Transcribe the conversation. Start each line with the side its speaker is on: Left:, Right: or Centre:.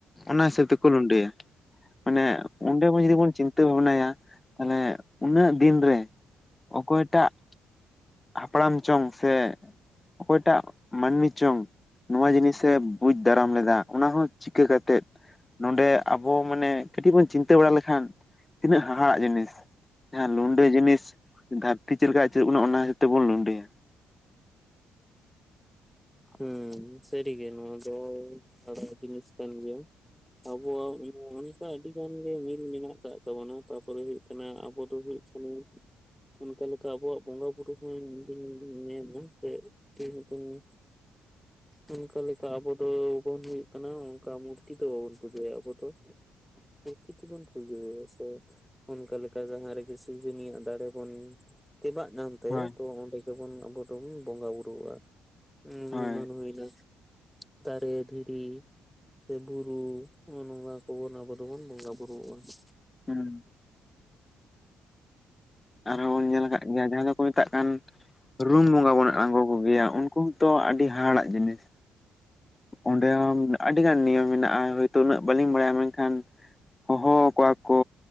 Left: ᱚᱱᱟ ᱦᱤᱥᱟᱹᱵ ᱛᱮᱠᱚ ᱞᱩᱸᱰᱟᱹᱭᱟ ᱢᱟᱱᱮ ᱚᱸᱰᱮ ᱵᱚᱱ ᱡᱚᱫᱤ ᱵᱚᱱ ᱪᱤᱱᱛᱟᱹ ᱵᱷᱟᱵᱱᱟᱭᱟ ᱛᱟᱦᱚᱞᱮ ᱩᱱᱟᱹᱜ ᱫᱤᱱ ᱨᱮ ᱚᱠᱚᱭ ᱴᱟᱜ ᱦᱟᱯᱲᱟᱢ ᱪᱚᱝ ᱥᱮ ᱚᱠᱚᱭᱴᱟᱜ ᱢᱟᱹᱱᱢᱤ ᱪᱚᱝ ᱱᱚᱣᱟ ᱡᱤᱱᱤᱥᱮ ᱵᱩᱡᱽ ᱫᱟᱨᱟᱢ ᱞᱮᱫᱟ ᱚᱱᱟ ᱦᱚᱸ ᱪᱤᱠᱟᱹ ᱠᱟᱛᱮᱜ ᱱᱚᱰᱮ ᱟᱵᱚ ᱢᱟᱱᱮ ᱠᱟᱹᱴᱤᱡ ᱵᱚᱱ ᱪᱤᱱᱛᱟᱹ ᱵᱟᱲᱟ ᱞᱮᱠᱷᱟᱱ ᱛᱤᱱᱟᱹᱜ ᱦᱟᱦᱟᱲᱟᱜ ᱡᱤᱱᱤᱥ ᱡᱟᱦᱟᱸ ᱞᱩᱸᱰᱟᱹ ᱡᱤᱱᱤᱥ ᱫᱷᱟᱹᱵᱛᱤ ᱪᱮᱫ ᱞᱮᱠᱟ ᱟᱹᱪᱩᱨ ᱵᱚᱱᱟ ᱚᱱᱟ ᱦᱤᱥᱟᱹᱵ ᱛᱮᱵᱚᱱ ᱞᱩᱸᱰᱟᱹᱭᱟ
Centre: ᱦᱩᱸ ᱥᱟᱹᱨᱤ ᱜᱮ ᱱᱚᱣᱟ ᱫᱚ ᱦᱟᱦᱟᱲᱟᱜ ᱡᱤᱱᱤᱥ ᱠᱟᱱ ᱜᱮᱭᱟ ᱟᱵᱚᱣᱟᱜ <unintelligible> ᱟᱹᱰᱤ ᱜᱟᱱ ᱜᱮ ᱢᱤᱞ ᱢᱮᱱᱟᱜ ᱟᱠᱟᱫ ᱛᱟᱵᱚᱱᱟ ᱛᱟᱨᱯᱚᱨᱮ ᱦᱩᱭᱩᱜ ᱠᱟᱱᱟ ᱟᱵᱚ ᱫᱚ ᱦᱩᱭᱩᱜ ᱠᱟᱱᱟ ᱚᱱᱠᱟ ᱞᱮᱠᱟ ᱟᱵᱚᱣᱟᱜ ᱵᱚᱸᱜᱟ ᱵᱩᱨᱩ ᱦᱚᱸ ᱤᱧᱫᱩᱧ ᱧᱮᱞᱟ ᱥᱮ <unintelligible>
Left: <inaudible>
Centre: ᱚᱱᱠᱟ ᱞᱮᱠᱟ ᱟᱵᱚ ᱫᱚᱵᱚᱱ ᱦᱩᱭᱩᱜ ᱠᱟᱱᱟ ᱚᱱᱠᱟ ᱢᱩᱨᱛᱤ ᱫᱚ ᱵᱟᱵᱚᱱ ᱯᱩᱡᱟᱹᱭᱟ ᱟᱵᱚ ᱫᱚ ᱯᱚᱨᱠᱨᱤᱛᱤ ᱵᱚᱱ ᱯᱩᱡᱟᱹᱭᱟ ᱥᱮ ᱚᱱᱠᱟ ᱞᱮᱠᱟ ᱡᱟᱦᱟᱸ ᱨᱮᱜᱮ ᱥᱤᱡᱩᱱᱤᱭᱟᱜ ᱫᱟᱲᱮ ᱵᱚᱱ ᱛᱮᱵᱟᱜ ᱧᱚᱝ ᱛᱟ.
Left: ᱦᱳᱭ
Centre: ᱭᱟ ᱛᱚ ᱚᱸᱰᱮ ᱜᱮᱵᱚᱱ ᱟᱵᱚ ᱫᱚᱵᱚᱱ ᱵᱚᱸᱜᱟ ᱵᱩᱨᱩ ᱣᱟᱜᱼᱟ ᱦ
Left: ᱦᱳᱭ
Centre: ᱮᱢᱟᱱ ᱦᱩᱭ ᱮᱱᱟ ᱫᱟᱨᱮ ᱫᱷᱤᱨᱤ ᱥᱮ ᱵᱩᱨᱩ ᱱᱚᱜ ᱱᱚᱶᱟ ᱠᱚ ᱟᱵᱚ ᱫᱚᱵᱚᱱ ᱵᱚᱸᱜᱟ ᱵᱩᱨᱩ ᱣᱟᱜ-ᱟ
Left: ᱦᱮᱸ ᱟᱨᱦᱚᱸ ᱵᱚᱱ ᱧᱮᱞ ᱟᱠᱟᱫ ᱜᱮᱭᱟ ᱡᱟᱦᱟᱸᱭ ᱫᱚᱠᱚ ᱢᱮᱛᱟᱜ ᱠᱟᱱ ᱨᱩᱢ ᱵᱚᱸᱜᱟ ᱵᱚᱱ ᱟᱬᱜᱚ ᱠᱚ ᱜᱮᱭᱟ ᱩᱱ ᱩᱢ ᱦᱚᱸ ᱛᱚ ᱟᱹᱰᱤ ᱦᱟᱦᱟᱲᱟᱜ ᱡᱤᱱᱤᱥ ᱚᱸᱰᱮ ᱦᱚᱸ ᱟᱹᱰᱤ ᱜᱟᱱ ᱱᱤᱭᱚᱢ ᱢᱮᱱᱟᱜᱼᱟ ᱦᱳᱭᱛᱳ ᱩᱱᱟᱹᱜ ᱵᱟᱹᱞᱤᱧ ᱵᱟᱲᱟᱭᱟ ᱢᱮᱱᱠᱷᱟᱱ ᱦᱚᱦᱚ ᱟᱠᱚᱣᱟ ᱠᱚ